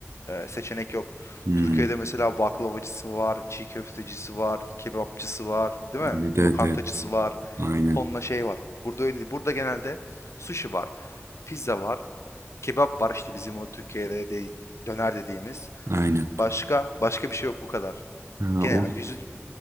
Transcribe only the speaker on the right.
Hmm.
Evet, evet,
evet.
Aynen.
Aynen.
Ha,
o.